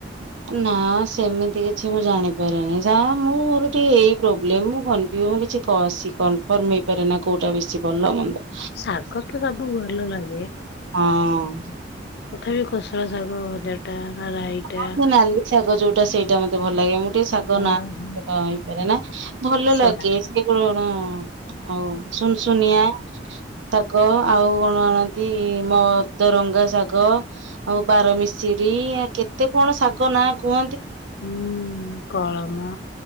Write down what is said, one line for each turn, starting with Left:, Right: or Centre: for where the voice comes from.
Right: ନା ସେମିତି କିଛି ମୁଁ ଜାଣିପାରେନି ଯାହା ମୁଁ ମୋର ଟିକେ ଏଇ ପ୍ରୋବ୍ଲେମ୍ ମୁଁ କନ୍ ମୁଁ କିଛି ସି କନଫର୍ମ ହେଇପାରେ ନା କୋଉଟା ବେଶୀ ଭଲ ମନ୍ଦ।
Left: ଶାଗ ତ ସବୁ ଭଲ ଲାଗେ
Right: ହଁ
Left: ତଥାପି କୋଶଳା ଶାଗ ଭ ଜାଟା ଆ ରାଇଟା
Right: ସମସ୍ତେ ନାଲି ଶାଗ ଯୋଉଟା ସେଇଟା ମତେ ଭଲ ଲାଗେ ମୁଁ ଗୋଟେ ଶାଗ
Left: ଓହୋ
Right: ନା ହେଇପାରେ ନା ଭଲ
Left: କୋଶଳା।
Right: ଲାଗେ ସେ କଣ ହୁଁ ଆଉ। ସୁନସୁନିଆ ଶାଗ ଆଉ କ ଆଣନ୍ତି ମଦରଙ୍ଗା ଶାଗ ଆଉ ବାରମିଶିରି ଆଉ କେ ତେ କଣ ଶାଗ ନାଁ କୁହ
Left: ହୁଁ କଳମ